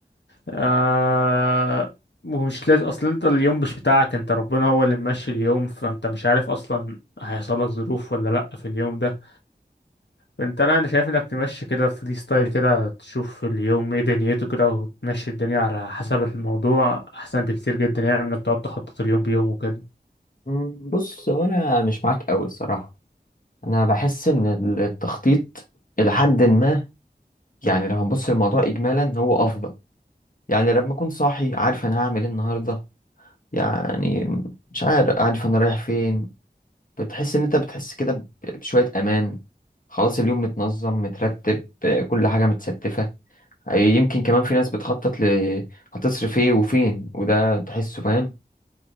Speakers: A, on the left; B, on the left.
A: آه ومش لازم اصلا انت اليوم مش بتاعك انت ربنا هو اللي ممشي اليوم فانت مش عارف اصلا هيحصل لك ظروف ولا لا في اليوم ده انت لا انا شايف انك تمشي كده فري ستايل كده تشوف اليوم ايه دنيته كده وتمشي الدنيا على حسب الموضوع احسن بكتير جدا يعني من انك تقعد تخطط اليوم بيوم وكده
B: مم، بص هو انا مش معاك قوي الصراحه انا بحس ان ال- التخطيط الى حد ما يعني لو هنبص للموضوع اجمالا هو افضل يعني لما اكون صاحي عارف انا هعمل ايه النهارده يعني مش عارف عارف انا رايح فين بتحس ان انت بتحس كده ب- بشويه امان خلاص اليوم متنظم مترتب آه، كل حاجه متستفه آه، يمكن كمان في ناس بتخطط ل هتصرف ايه وفين وده تحسه فاهم